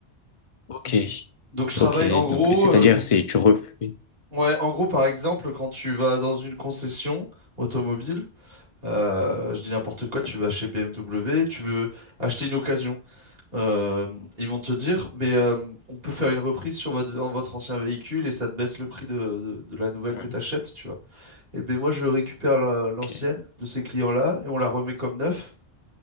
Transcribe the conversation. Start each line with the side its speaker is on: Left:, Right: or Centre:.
Left: Ok.
Right: Donc je travaille
Left: Ok,
Right: en gros,
Left: donc c'est-à-dire
Right: euh,
Left: c'est tu refais.
Right: ouais, en gros par exemple quand tu vas dans une concession automobile, euh, je dis n'importe quoi, tu
Left: D'accord.
Right: vas chez BMW, tu veux acheter une occasion, euh, ils vont te dire, mais euh, on peut faire une reprise sur votre, votre ancien véhicule et ça te baisse le prix de, de, de la nouvelle
Left: Ouais,
Right: que tu achètes, Eh ben moi, je récupère la- l'ancienne
Left: ok.
Right: de ces clients-là et on la remet comme neuf